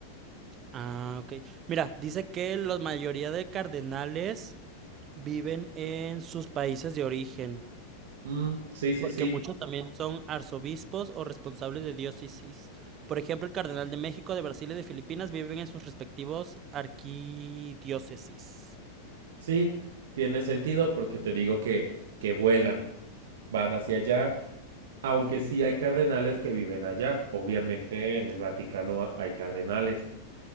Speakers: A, on the right; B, on the right.
A: Ah, ok. Mira, dice que la mayoría de cardenales viven en sus países de origen.
B: Mm, sí, sí,
A: porque
B: sí.
A: muchos también son arzobispos o responsables de diócesis. Por ejemplo, el cardenal de México, de Brasil y de Filipinas viven en sus respectivos arquidiócesis.
B: Sí, tiene sentido porque te digo que, que vuelan. Van hacia allá. Aunque sí hay cardenales que viven allá. Obviamente en el Vaticano hay cardenales.